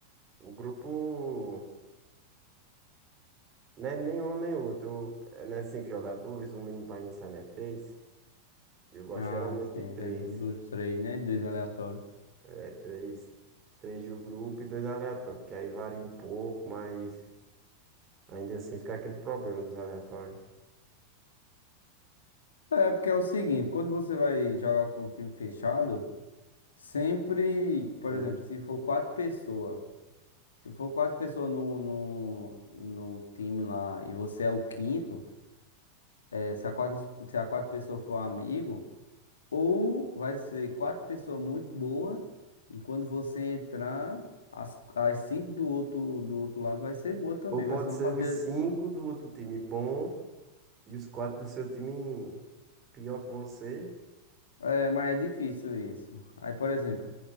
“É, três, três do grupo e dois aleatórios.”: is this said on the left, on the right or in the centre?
Right